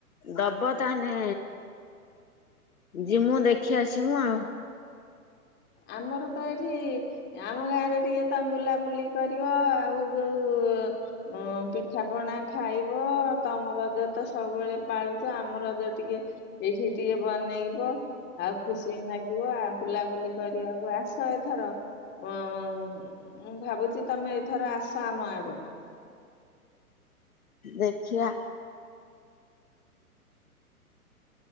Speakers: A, on the left (about 65°); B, on the left (about 25°).
A: ଦବ ତାହାନେ ଯିମୁ ଦେଖି ଆସିମୁ ଆଉ।
B: ଆମର ତ ଏଇଠି ଆମ ଗାଁରେ ଟିକେ ତମ ବୁଲାବୁଲି କରିବ ଆଉ ଯୋଉ ଉଁ ପି ପିଠା ପଣା ଖାଇବ ତମ ରଜ ତ ସବୁବେଳେ ପାଳୁଛ ଆମ ରଜ ଟିକେ ଏଇଠି ଟିକେ ବନେଇବ ଆଉ ଖୁସି ନାଗିବ ଆଉ ବୁଲାବୁଲି କରି ଆକୁ ଆସ ଏଥର। ଅଁ ଉଁ ମୁଁ ଭାବୁଛି ତମେ ଏଥର ଆସ ଆମ ଆଡକୁ।
A: ଦେଖିବା।